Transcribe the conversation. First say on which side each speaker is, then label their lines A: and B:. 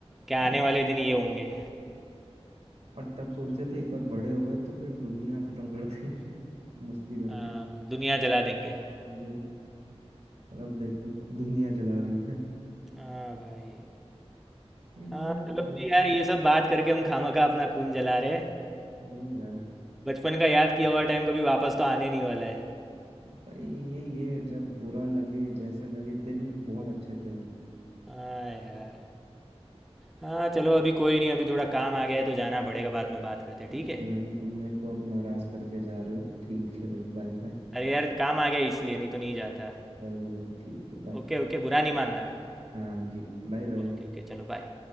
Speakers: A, in the centre; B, on the right (about 80°).
A: कि आने
B: ये लगता
A: वाले दिन
B: है।
A: ये होंगे
B: और तब सोचते थे एक बार बड़े हो गए तो फिर दुनिया खत्म कर देंगे <laughs> मस्ती करके
A: हाँ दुनिया जला देंगे
B: वही और अब देखो दुनिया जला रही है
A: हाँ भाई
B: ये मजाक
A: हाँ चलो
B: में बोलते
A: जी यार
B: हैं।
A: ये सब बात करके हम खामखा अपना खून जला रहे हैं
B: वही यार
A: बचपन का याद किया हुआ टाइम कभी वापस तो आने नहीं वाला है
B: भाई यही है जब बुरा लगे जैसा लगे दिन बहुत अच्छे थे वो
A: हाँ यार हाँ चलो अभी कोई नहीं अभी थोड़ा काम आ गया है तो जाना पड़ेगा बाद में बात करते हैं,
B: ठीक
A: ठीक है
B: है भाई तुम मेरे को अब नाराज करके जा रहे हो ठीक है भाई बाय बाय
A: अरे यार काम आ गया है इसलिए नहीं तो नहीं जाता
B: चलो भाई ठीक है बाय
A: ओके ओके बुरा नहीं मानना
B: हाँ जी बाय बाय
A: ओके ओके चलो बाय